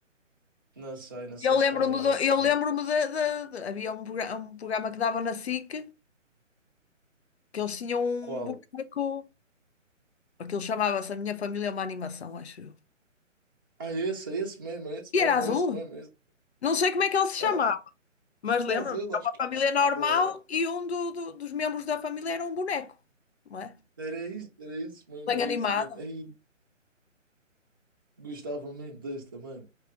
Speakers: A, on the right; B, on the left.
A: Não sei, não sei
B: Eu
A: se
B: lembro-me
A: estás a ver,
B: do, eu
A: mas
B: lembro-me de, de- de- havia um, progra- um programa que dava na SIC que eles tinham um
A: qual?
B: boneco. Aquilo chamava-se A Minha Família é uma Animação, acho eu.
A: Ah, esse, é esse mesmo, é esse
B: E
A: mesmo,
B: era azul?
A: é esse mesmo, é esse.
B: Não sei como é que ele se
A: Era
B: chamava,
A: do
B: mas lembro-me,
A: Brasil,
B: era
A: acho
B: uma
A: que
B: família normal
A: era. Era
B: e um do- do- dos membros da família era um boneco, não é?
A: Era isso, era isso mesmo,
B: Bem
A: era
B: animado.
A: isso mesmo. Aí, gostava muito desse também.